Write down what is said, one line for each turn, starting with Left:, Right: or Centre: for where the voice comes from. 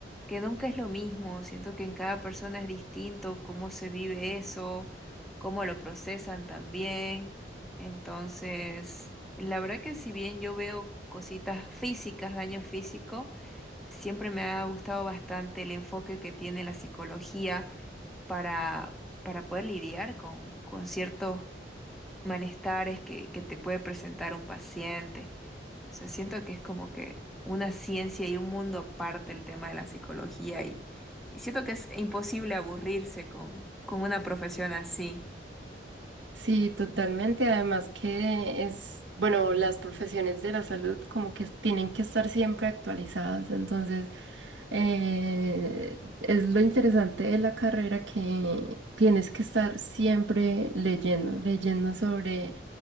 Centre: que nunca es lo mismo, siento que en cada persona es distinto cómo se vive eso, cómo lo procesan también. Entonces, la verdad que si bien yo veo cositas físicas, daño físico, siempre me ha gustado bastante el enfoque que tiene la psicología para, para poder lidiar con, con ciertos malestares que, que te puede presentar un paciente. Entonces, siento que es como que una ciencia y un mundo aparte el tema de la psicología y, y siento que es imposible aburrirse con, con una profesión así.
Right: Sí, totalmente. Además que es, bueno, las profesiones de la salud como que tienen que estar siempre actualizadas. Entonces, eh, es lo interesante de la carrera que tienes que estar siempre leyendo, leyendo sobre